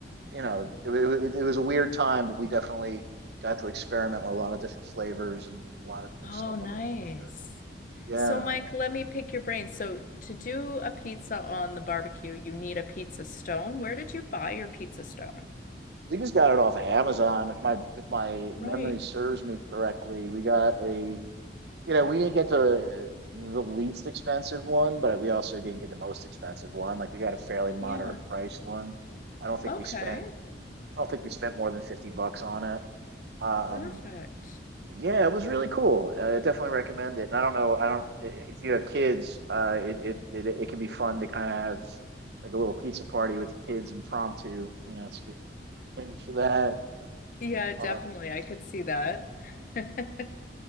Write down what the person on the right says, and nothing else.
you know it, wa- it, wa- it was a weird time, but we definitely got to experiment with a lot of different flavors and a lot of different
stuff
on the pizza. Yeah,
we just got it off of Amazon. If my if my
memory serves me correctly, we got a You know, we didn't get the the least expensive one, but we also didn't get the most expensive one. Like we got a fairly moderate
price one. I don't think
we spent I don't think we spent more than 50 bucks on it. Um,
yeah, it was really cool. Uh, I definitely recommend it. And I don't know, I don't i- if you have kids, uh it it it, it can be fun to kind of have like a little pizza party with the kids impromptu. You know, it's a good thing for that.
Uh,